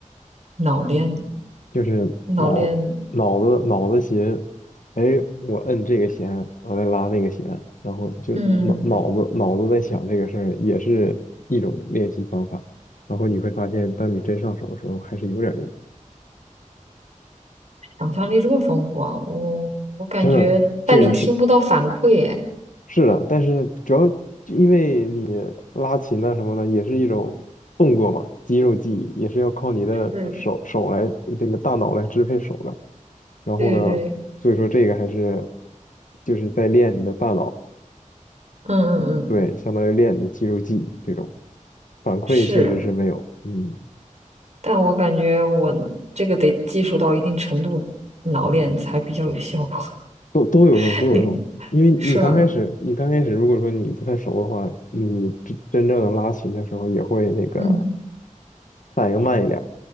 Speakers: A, on the right (about 55°); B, on the left (about 75°).
A: 脑练，
B: 就是脑脑子脑子弦，
A: 脑练。
B: 哎，我摁这个弦，我再拉那个弦，然后就脑脑子脑子在想这个事儿，
A: 嗯，
B: 也是一种练习方法。然后你会发现，当你真上手的时候，还是有点用。
A: 想象力这么丰富啊，我我感觉，
B: 真的，
A: 但你听不到反馈，
B: 这个是
A: 哎，
B: 是的，但是主要因为拉琴啊什么的，也是一种动作嘛，肌肉记忆也是要靠你的手手来这个大脑来支配手的。
A: 是，
B: 然后呢，
A: 对对，
B: 所以说这个还是就是在练你的大脑。
A: 嗯嗯嗯，
B: 对，相当于练你的肌肉记忆这种反馈确实是没有，
A: 是，
B: 嗯，
A: 但我感觉我这个得技术到一定程度，脑练才比较有效果，
B: 都都有用，
A: <laughs>
B: 都有用。
A: 你
B: 因为你刚开始，
A: 是吧？
B: 你刚开始如果说你不太熟的话，你真真正拉琴的时候也会那个
A: 嗯
B: 反应慢一点儿，